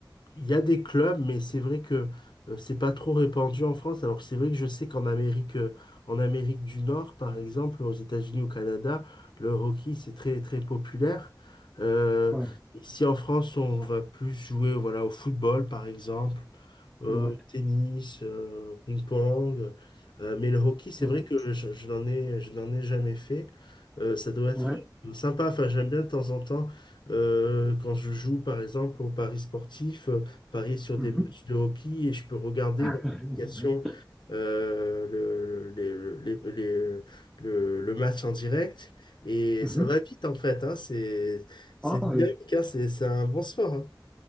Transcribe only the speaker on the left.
il y a des clubs, mais c'est vrai que euh, c'est pas trop répandu en France. Alors que c'est vrai que je sais qu'en Amérique, euh, en Amérique du Nord, par exemple, aux États-Unis, au Canada, le hockey, c'est très très populaire. Euh,
ici en France, on va plus jouer voilà, au football, par exemple, euh,
au tennis, euh, au ping-pong. Euh, mais le hockey, c'est
vrai que je, je n'en ai, je n'en ai jamais fait. Euh, ça doit être
euh, sympa. Enfin, j'aime bien de temps en temps euh, quand je joue, par exemple, au Paris sportif. euh, parier sur
des matchs de hockey et je peux regarder
dans l'application euh, le, les- les- les- le, le match en direct. Et
ça va vite en fait, hein. C'est, c'est
dynamique,
hein. C'est, c'est un bon sport. hein.